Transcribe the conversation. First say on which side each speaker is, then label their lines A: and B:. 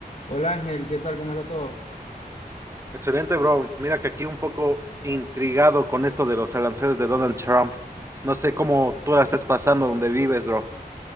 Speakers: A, on the left (about 45°); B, on the right (about 15°).
A: Hola Ángel, ¿qué tal? ¿Cómo está todo?
B: Excelente, bro. Mira que aquí un poco intrigado con esto de los aranceles de Donald Trump. No sé cómo tú la estés pasando donde vives, bro.